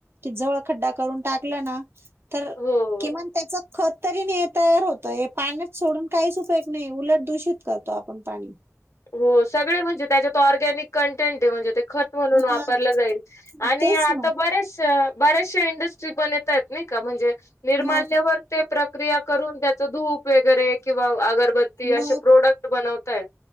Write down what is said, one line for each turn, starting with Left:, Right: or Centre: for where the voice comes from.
Right: जवळ खड्डा करून टाकलं ना तर
Left: हो.
Right: किमान त्याच खत तरी ने तयार होत हे पाण्यात सोडून काहीच उपयोग नाही उलट दूषित करतो आपण पाणी.
Left: हो सगळे म्हणजे त्याच्यात ऑर्गॅनिक कंटेंट आहे म्हणजे ते खत म्हणून वापरलं
Right: मग
Left: जाईल आणि
Right: तेच
Left: आता
Right: ना
Left: मी बरेचश्या बऱ्याचशा इंडस्ट्री पण येत आहेत नाही का म्हणजे निर्माल्यावर
Right: मग
Left: ते प्रक्रिया करून त्याच धूप वगैरे किंवा अगरबत्ती
Right: मग
Left: असे प्रोडक्ट बनवताहेत